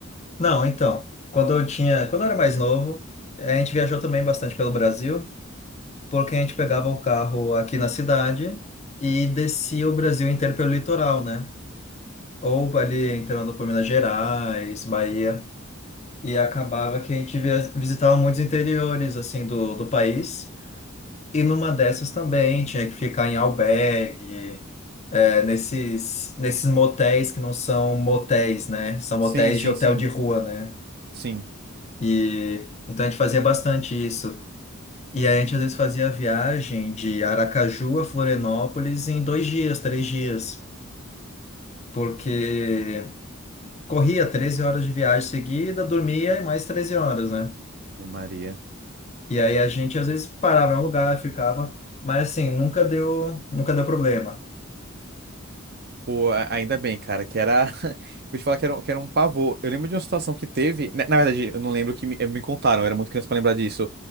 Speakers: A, on the left (about 35°); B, on the right (about 50°).
A: Não, então, quando eu tinha, quando eu era mais novo, a gente viajou também bastante pelo Brasil, porque a gente pegava o carro aqui na cidade e descia o Brasil inteiro pelo litoral, né? Ou ali entrando por Minas Gerais, Bahia, e acabava que a gente via, visitava muitos interiores assim do, do país. E numa dessas também tinha que ficar em albergue, é, nesses nesses motéis que não são motéis, né? São motéis
B: Sim, sim,
A: de hotel
B: sim,
A: de rua, né?
B: sim.
A: E então a gente fazia bastante isso. E aí a gente às vezes fazia a viagem de Aracaju a Florianópolis em dois dias, três dias, porque corria 13 horas de viagem seguida, dormia e mais 13 horas, né?
B: Ave Maria.
A: E aí a gente às vezes parava em um lugar, ficava, mas assim, nunca deu, nunca deu problema.
B: Pô, a- ainda bem, cara, que era. <laughs> Vou te falar que era, um- que era um pavor. Eu lembro de uma situação que teve. Na, na verdade, eu não lembro o que me, eh, me contaram, eu era muito criança pra lembrar disso.